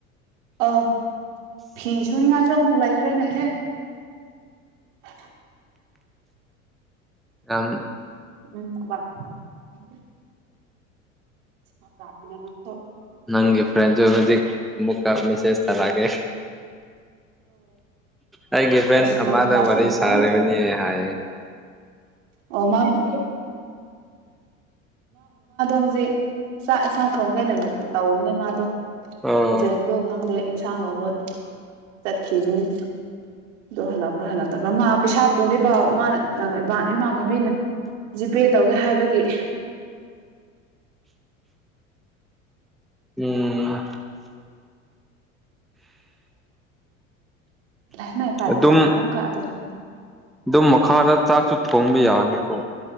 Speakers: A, on the right; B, in the centre.
A: ꯑꯥꯎ ꯐꯤ ꯁꯨꯅꯤꯡꯉꯥꯁꯨ ꯑꯃꯨꯛ ꯂꯩꯈ꯭ꯔꯦꯅꯦꯍꯦ ꯑ <unintelligible>
B: ꯌꯥꯝ
A: ꯎꯝ <unintelligible> <unintelligible>
B: ꯅꯪꯒꯤ ꯐ꯭ꯔꯦꯟꯁ ꯍꯧꯖꯤꯛ ꯃꯨꯛ ꯃꯦꯁꯦꯁ ꯇꯔꯒꯦ ꯑꯩ ꯒꯤꯕꯦꯟ
A: ꯑꯁ
B: ꯑꯔ
A: ꯂꯥꯏꯔꯤꯛ
B: ꯋꯥꯔꯤ
A: ꯄꯥꯁꯦ
B: ꯋꯥꯔꯤ
A: ꯑꯣꯏꯅ
B: ꯁꯔꯅꯤ
A: ꯄꯥ ꯂꯩꯊꯣ
B: ꯍꯥꯏ
A: ꯑꯣ ꯃꯥꯗ ꯍꯧꯖꯤꯛ <unintelligible> ꯆꯥꯛ ꯌꯦꯟꯁꯥꯡ ꯊꯣꯡꯒꯦꯅ ꯇꯧꯕꯅꯦ ꯃꯥꯗꯣ
B: ꯑꯣ
A: ꯖꯦꯡꯗꯣ ꯈꯪꯗꯦ ꯏꯟꯁꯥꯡ ꯂꯥꯎꯧꯕ ꯆꯠꯈꯤꯕꯅꯤ ꯗꯣ ꯍꯥꯂꯄ ꯍꯂ ꯇ ꯃ ꯄꯦꯁꯥꯄꯨꯗ ꯃꯥꯅ ꯏꯃꯥꯟꯅꯕꯤꯅ ꯖꯤꯄꯦ ꯇꯧꯒꯦ ꯍꯥꯏꯕꯒꯤ <inaudible>
B: ꯎꯝ
A: <unintelligible>
B: ꯑꯗꯨꯝ ꯑꯗꯨꯝ ꯃꯈꯥꯗ ꯆꯥꯛꯁꯨ ꯊꯣꯡꯕ ꯌꯥꯕꯅꯤꯀꯣ